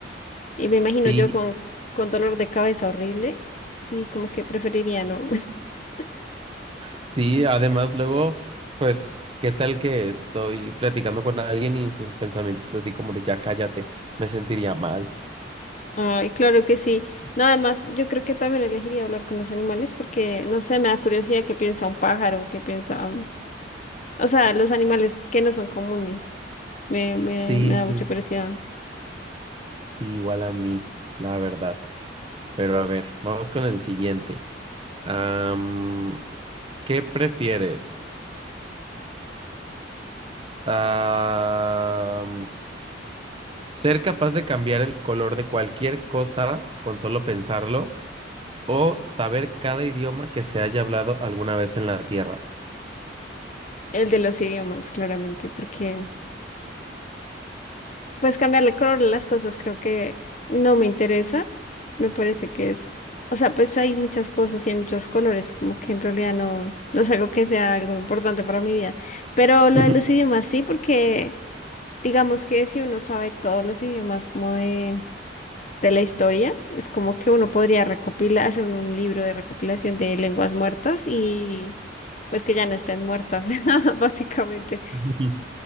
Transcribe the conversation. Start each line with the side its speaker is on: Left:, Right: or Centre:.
Left: Y
Right: Sí,
Left: me imagino yo con, con dolor de cabeza horrible y como que preferiría no. <laughs>
Right: sí, además luego, pues, ¿qué tal que estoy platicando con alguien y en sus pensamientos es así como de ya cállate? Me sentiría mal.
Left: Ay, claro que sí. No, además, yo creo que también elegiría hablar con los animales porque, no sé, me da curiosidad qué piensa un pájaro, qué piensa, um, o sea, los animales que no son comunes. Me, me,
Right: Sí,
Left: me da mucha
Right: sí,
Left: curiosidad.
Right: sí, igual a mí, la verdad. Pero a ver, vamos con el siguiente. Am, ¿qué prefieres? Ah... Ser capaz de cambiar el color de cualquier cosa con solo pensarlo o saber cada idioma que se haya hablado alguna vez en la Tierra.
Left: El de los idiomas, claramente, porque pues cambiarle color a las cosas creo que no me interesa. Me parece que es, o sea, pues hay muchas cosas y hay muchos colores, como que en realidad no, no es algo que sea algo importante para mi vida. Pero lo
Right: Ujú,
Left: de los idiomas sí, porque digamos que si uno sabe todos los idiomas como de, de la historia, es como que uno podría recopilar, hacer un libro de recopilación de lenguas muertas y pues que ya no estén muertas, <laughs> básicamente.
Right: ujú.